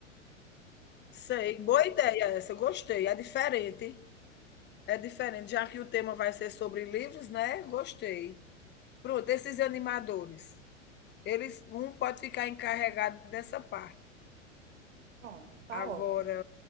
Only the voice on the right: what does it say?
Pronto, tá
ótimo.